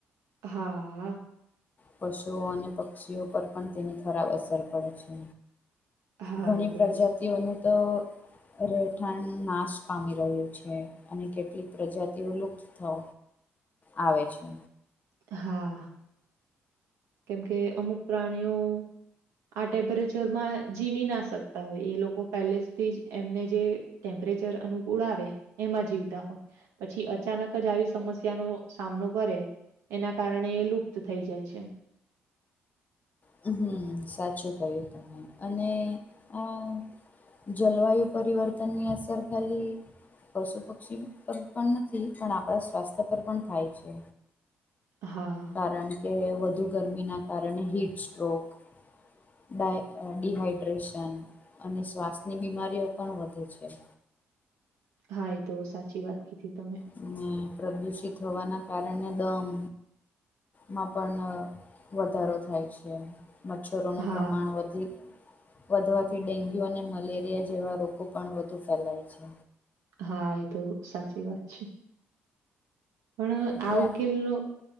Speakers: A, on the right; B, on the left.
A: હા.
B: પશુઓ અને પક્ષીઓ પર પણ તેની ખરાબ અસર પડે છે.
A: હા
B: ઘણી
A: એ તો
B: પ્રજાતિઓનું
A: સ-
B: તો રહેઠાણ નાશ પામી રહ્યું છે અને કેટલીક પ્રજાતિઓ લુપ્ત થવો આવે છે.
A: હા. કેમ કે અમુક પ્રાણીઓ આ ટેમ્પરેચરમાં જીવી ના શકતા હોય એ લોકો પહેલે જ થી એમને જે ટેમ્પરેચર અનુકૂળ આવે એમાં જીવતા હોય. પછી અચાનક જ આવી સમસ્યાનો સામનો કરે એના કારણે એ લુપ્ત થઈ જાય છે.
B: હમ્મ સાચું કહ્યું તમે અને આ જલવાયુ પરિવર્તનની અસર ખાલી પશુ પક્ષી પર પણ નથી પણ આપણા સ્વાસ્થ્ય પર પણ થાય છે.
A: હા.
B: કારણ કે વધુ ગરમીના કારણે હીટસ્ટ્ટ્રોક ડાય ડીહાઈડ્રેશન અને શ્વાસની બીમારીઓ પણ વધે છે.
A: હા એ તો સાચી વાત કીધી તમે.
B: હમ પ્રદુષિત હોવાના કારણે દમ માં પન અ વધારો થાય છે. મચ્છરોનું
A: હા
B: પ્રમાણ વધી વધવાથી ડેન્ગ્યુ અને મલેરિયા જેવા રોગો પણ વધુ ફેલાય છે.
A: હા એ તો સાચી વાત છે. પણ
B: એટલે
A: આ ઉકેલનો